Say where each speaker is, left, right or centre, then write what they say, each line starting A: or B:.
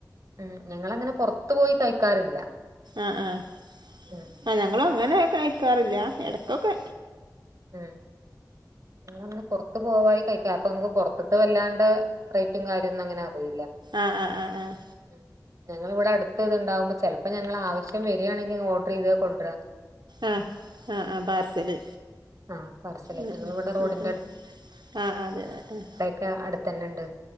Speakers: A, on the right; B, on the right.
A: അഹ് ഞങ്ങളങ്ങനെ പൊറത്ത് പോയി കഴിക്കാറില്ല
B: ആഹ് ആഹ്
A: ആഹ്
B: ആഹ് ഞങ്ങളു അങ്ങനെ കഴിക്കാറില്ല എടക്കൊക്കെ
A: ആഹ് ഞങ്ങളങ്ങനെ പൊർത്ത് പോയി കഴിക്കാ അപ്പ ഞങ്ങക്ക് പൊർത്ത്ത്തെ വല്ലാണ്ടെ റെയ്റ്റും കാര്യൊന്നും അങ്ങനറീല്ല
B: ആഹ് ആഹ് ആഹ് ആഹ്
A: ആഹ് ഞങ്ങള് ഇവ്ടെ അട്ത്ത് ഇത്ണ്ടാവുമ്പൊ ചെലപ്പൊ ഞങ്ങളാവശ്യം വരാണെങ്കി ഓഡ്രീതത് കൊണ്ട്ര
B: ആഹ് ആഹ് ആഹ് പാർസല്
A: ആഹ് പാർസല്
B: ആഹ്
A: ഞങ്ങളിവിടെ റോഡിന്റെ
B: ആഹ് ആഹ് ആഹ് ആഹ് അതെ അതെ ആഹ്
A: ആഹ് അടുത്തന്നണ്ട്